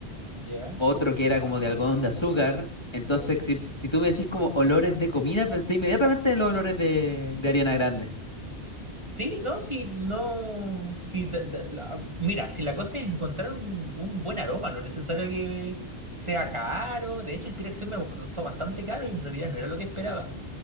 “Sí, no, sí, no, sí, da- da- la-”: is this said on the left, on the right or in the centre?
Right